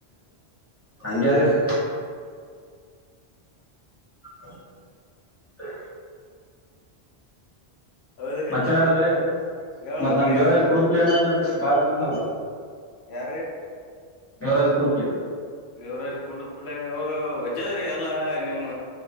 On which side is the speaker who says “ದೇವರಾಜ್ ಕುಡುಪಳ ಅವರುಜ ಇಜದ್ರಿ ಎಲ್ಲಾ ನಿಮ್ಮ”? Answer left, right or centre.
Left